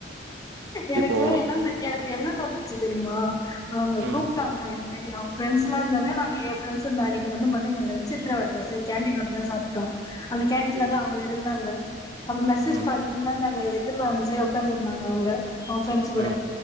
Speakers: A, on the left; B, on the right.
A: எனக்குல்லா
B: இப்போ
A: என்ன நட எனக்கு என்ன நடந்துச்சு தெரியுமா அவங்க
B: ம்
A: கூப்ட்டாங்க இது மாரி ஆ ஃப்ரெண்ட்ஸ்லா இருந்தாங்க நாங்க யேன் ஃப்ரெண்ட்ஸ் இருந்தாங்க அன்னைக்கி வந்து மதியோ நா லன்ச் எடுத்துனு வர்ல சேரி கேண்டீன்ல போய்தா சாப்ட்டோ அந்த கேண்டீன்லதா
B: ஓகே
A: அவங்க இருந்தாங்க அப்ப மெசேஜ்
B: ம்
A: பண்ணே நா எதிர்ல அந்த சைடுல ஒக்காண்ஜூ இருந்தாங்க அவுங்க அவுங்க ஃப்ரெண்ட்ஸ் கூட
B: ம்